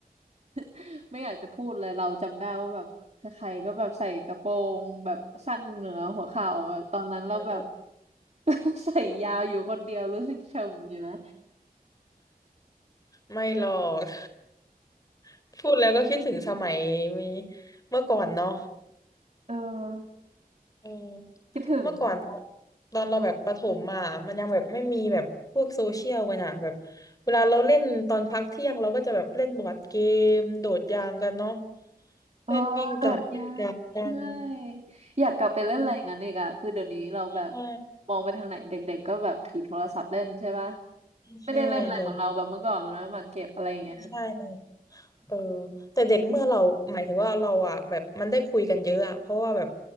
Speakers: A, on the right (about 45°); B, on the left (about 25°).
A: <laughs> ไม่อยากจะพูดเลยเราจำได้ว่าแบบใครๆก็แบบใส่กระโปรงแบบสั้นเหนือหัวเข่าอะตอนนั้นเราแบบ
B: เออเออ
A: <laughs> ใส่ยาวอยู่คนเดียวรู้สึกเฉมอยู่นะ
B: ไม่หรอก <laughs> พูดแล้วก็คิดถึงสมัยมีเมื่อก่อนเนาะ
A: เออ
B: เออ
A: คิดถึง
B: เมื่อก่อนตอนตอนเราแบบประถมอ่ะมันยังแบบไม่มีแบบพวกโซเชียลกันอ่ะแบบเวลาเราเล่นตอนพักเที่ยงเราก็จะแบบเล่นบอร์ดเกมโดดยางกันเนาะ
A: เออโดดยาวใช่
B: เล่นวิ่งจับเล่นจับกัน
A: อยากกลับไปเล่นอะไรอย่างนั้นอีกอะคือเดี๋ยวนี้เราแบบ
B: เออใช่
A: มองไปทางไหนเด็กๆก็แบบถือโทรศัพท์เล่นใช่ปะไม่ได้เล่นอะไรเหมือนเราแบบเมื่อก่อนแล้วนะหมากเก็บอะไรอย่างเงี้ย
B: ใช่เดี๋ยวนี้ใช่ เออแต่เด็กเมื่อเราหมายถึงว่าเราอ่ะแบบมันได้คุยกันเยอะอ่ะเพราะว่าแบบ